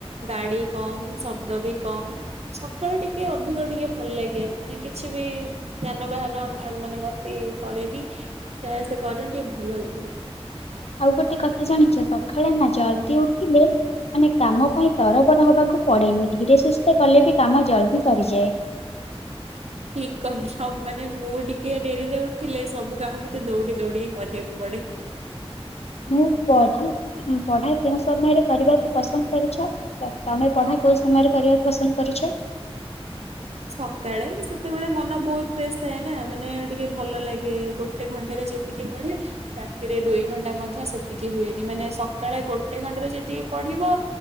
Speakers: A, on the right; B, on the left.
A: ଗାଡି କମ ଶବ୍ଦ ବି କମ୍ ସକାଳୁ ଟିକେ ଅଧିକ ଟିକେ ଭଲ ଲାଗେ ମାନେ କିଛି ବି ଯାନବାହାନ ମାନେ ଗତି କରେନି ଯହା ଆସେ କରେନି ଟିକେ ଭଲ ଲାଗେ
B: ଆଉ ଗୋଟେ କଥା ଜାଣିଛ ସକାଳେ ନା ଜଲଦି ଉଠିଲେ ମାନେ କାମ ପାଇଁ ତରବର ହବାକୁ ପଡେନି ଧୀରେ ସୁସ୍ତେ କଲେ ବି କାମ ଜଲଦି ସରିଯାଏ
A: ଠିକ କହିଲ ମାନେ ମୁଁ ଟିକେ ଡେରିରେ ଉଠିଲେ ସବୁ କାମ ମତେ ଦୌଡି ଦୌଡି କରିବାକୁ ପଡେ
B: ମୁଁ ପଢା ପଢା କେଉଁ ସମୟରେ କରିବାକୁ ପସନ୍ଦ କରୁଛ ତମେ ପଢା କୋଉ ସମୟରେ କରିବାକୁ ପସନ୍ଦ କରୁଛ
A: ସକାଳେ ସେତେବେଳେ ମନ ବହୁତ ଫ୍ରେଶ ଥାଏ ନା ମାନେ ଟିକେ ଭଲ ଲାଗେ ଗୋଟେ ଗୋଟେ ଘଣ୍ଟାରେ ଯେତିକି ପଡେ ରାତିରେ ଦୁଇ ଘଣ୍ଟା ମଧ୍ୟ ସେତିକି ହୁଏନି ମାନେ ସକାଳେ ଗୋଟେ ଘଣ୍ଟାରେ ଯତିକି ପଢିବ